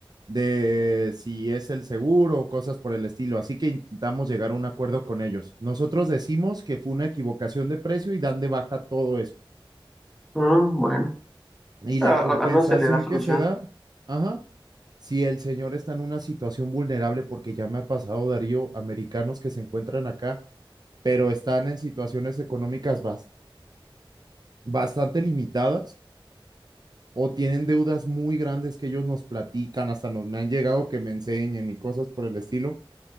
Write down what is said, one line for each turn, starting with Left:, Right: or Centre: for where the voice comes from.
Right: de si es el seguro o cosas por el estilo. Así que intentamos llegar a un acuerdo con ellos. Nosotros decimos que fue una equivocación de precio y dan de baja todo eso.
Centre: Ah, bueno,
Right: Y
Centre: a-
Right: la compensación
Centre: a- al menos se le da solución.
Right: que se da, ajá, si el señor está en una situación vulnerable, porque ya me ha pasado, Darío, americanos que se encuentran acá, pero están en situaciones económicas bas- bastante limitadas o tienen deudas muy grandes que ellos nos platican, hasta nos, me han llegado que me enseñen y cosas por el estilo.